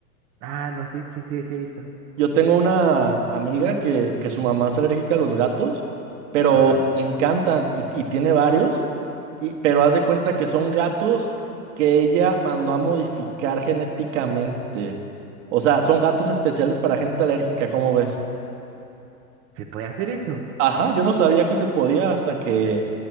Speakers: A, on the right (about 30°); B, on the right (about 55°).
A: Ah, no, sí, sí, sí, sí he visto.
B: Yo tengo una amiga que, que su mamá es alérgica a los gatos, pero
A: Ajá.
B: le encantan y, y tiene varios, y, pero haz de cuenta que son gatos que ella mandó a modificar genéticamente. O sea, son gatos especiales para gente alérgica, ¿cómo ves?
A: ¿Se puede hacer eso?
B: Ajá, yo no sabía que se podía hasta que